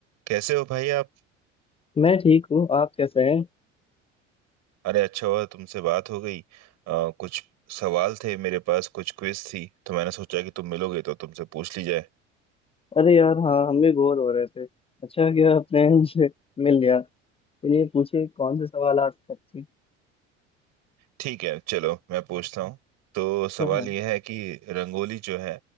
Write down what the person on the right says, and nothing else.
कैसे हो भाई आप
अरे अच्छा हुआ तुमसे बात हो गई अ, कुछ सवाल थे मेरे पास कुछ क्विज थी तो मैंने सोचा कि तुम मिलोगे तो तुमसे पूछ ली जाए
ठीक है चलो मैं पूछता हूँ तो सवाल
यह है कि रंगोली जो है